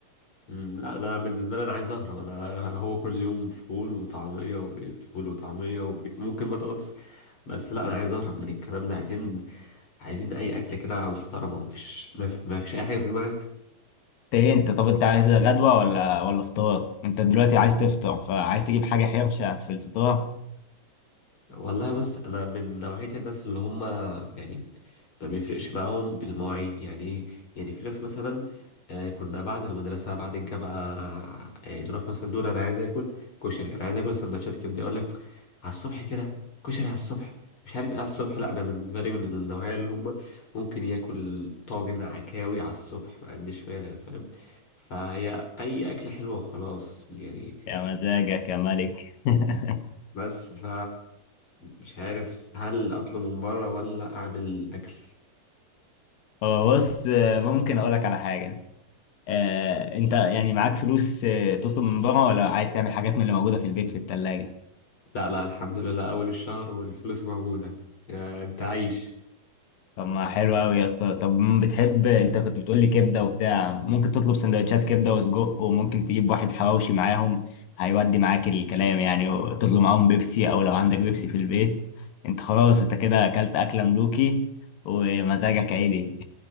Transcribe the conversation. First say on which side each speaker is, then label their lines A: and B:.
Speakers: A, on the left; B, on the left.
A: مم، لا انا بالنسبه لي انا عايز اهرب انا هو كل يوم فول وطعميه وبيض فول وطعميه وبيض ممكن بطاطس بس لا انا عايز اهرب من الكلام ده عايزين عايزين اي اكل كده محترمه مفيش مف- مفيش اي حاجه في دماغك
B: ايه انت طب انت عايز غدوة ولا ولا فطار؟ انت دلوقتي عايز تفطر فعايز تجيب حاجة حرشة في الفطار
A: والله بص انا من نوعيه الناس اللي هم يعني ما بيفرقش معاهم المواعيد يعني ايه يعني في ناس مثلا آه كنا بعد المدرسة بعد الجامعة آه نروح مثلا نقول أنا عايز آكل كشري أنا عايز آكل سندوتشات كبدة يقول لك على الصبح كده كشري على الصبح مش عارف ايه على الصبح لا أنا بالنسبة لي من النوعية اللي هم ممكن ياكل طاجن عكاوي على الصبح ما عنديش مانع فاهم فهي أي أكلة حلوة خلاص يعني
B: يا مزاجك يا ملك <laughs>
A: بس ف مش عارف هل أطلب من بره ولا أعمل أكل
B: هو بص آه، ممكن اقول لك على حاجه آه، انت يعني معاك فلوس آه، تطلب من بره ولا عايز تعمل حاجات من اللي موجوده في البيت في الثلاجه
A: لا لا الحمد لله أول الشهر والفلوس موجودة يعني أنت عايش
B: طب ما حلو قوي يا اسطى طب م- بتحب انت كنت بتقول لي كبده وبتاع ممكن تطلب سندوتشات كبده وسجق وممكن تجيب واحد حواوشي معاهم هيودي معاك الكلام يعني وتطلب معاهم بيبسي او لو عندك بيبسي في البيت انت خلاص انت كده اكلت اكله ملوكي ومزاجك عادي